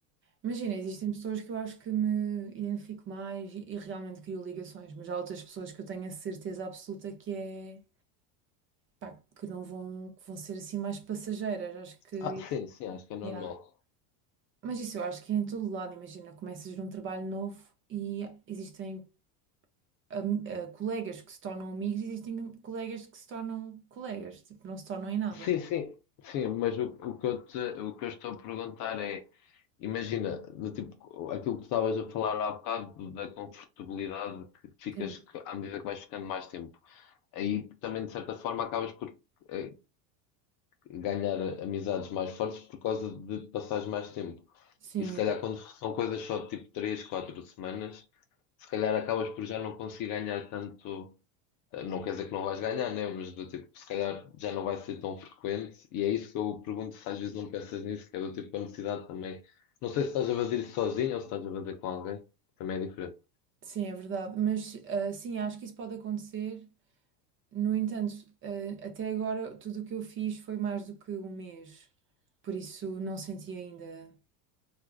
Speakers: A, on the right; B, on the left.
A: Imagina, existem pessoas que eu acho que me identifico mais e, e realmente crio ligações, mas há outras pessoas que eu tenho a certeza absoluta que é, pá, que não vão, que vão ser assim mais passageiras. Acho que,
B: Ah, sim, sim, acho que é normal.
A: yeah. Mas isso eu acho que é em todo lado, imagina, começas num trabalho novo e existem am- eh, colegas que se tornam amigos, e existem colegas que se tornam colegas, tipo, não se tornam em nada.
B: Sim, sim, sim, mas o, o que eu te, o que eu estou a perguntar é, imagina, do tipo, aquilo que tu estavas a falar há bocado da confortabilidade que ficas
A: Sim,
B: que- à medida que vais ficando mais tempo. Aí também, de certa forma, acabas por eh, ganhar amizades mais fortes por causa de passares mais tempo.
A: sim,
B: E se calhar
A: é, ver-
B: quando são coisas só de tipo três quatro semanas, se calhar acabas por já não conseguir ganhar tanto eh, Não quer dizer que não vais ganhar, né? Mas do tipo, se calhar já não vai ser tão frequente. E é isso que eu pergunto se às vezes não pensas nisso, que é do tipo a necessidade também. Não sei se estás a fazer isso sozinho ou se estás a fazer com alguém. Também é diferente.
A: sim, é verdade. Mas ah, sim, acho que isso pode acontecer. No entanto, ah, até agora tudo o que eu fiz foi mais do que um mês, por isso não senti ainda.